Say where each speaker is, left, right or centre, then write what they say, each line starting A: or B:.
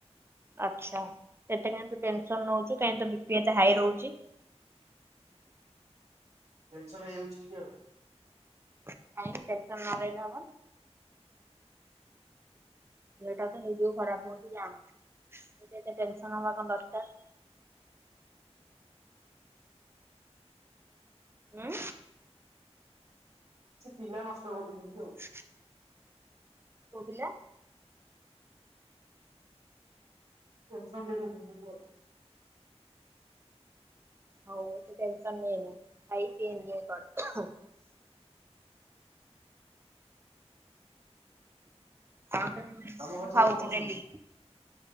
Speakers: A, on the right; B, on the right.
A: ଆଚ୍ଛା ଏତେ କାହିଁ ତୁ ଟେନସନ ନଉୁଚୁ କାଇଁ ତୋ ବିପି ଏତେ ହାଇ ରହୁଛି।
B: ଟେନସନ ହେଇଯାଉଛି ଟିକେ ଆଉ।
A: କାଇଁ ଟେନସନ ନ ରହିଲେ ହବନି? ଦେହଟା ତ ହେଇଯୋଗୁ ଖରାପ ହଉଛି ଜାଣୁଛୁ ଏତେ ଟେନସନ ହବା କଣ ଦରକାର। ହୁଁ।
B: ସେ ପିଲା ନଷ୍ଟ କରିଦେଉଛନ୍ତି ଆଉ।
A: <inaudible> କୋଉ ପିଲା?
B: ଟେନସନ୍ ଦେଇ ଦୋଉଚନ୍ତି ଟିକେ ଆଉ
A: ହଉ ଏତେ ଟେନସନ୍ ନେନି ଖାଇ ପିଇ ଏଞ୍ଜୟ କର। କଣ ପାଇଁ <unintelligible>
B: ତମ ଘରେ ସବୁ
A: ଖାଉଚୁ
B: କଣ କରୁଛନ୍ତି
A: ଡେଲି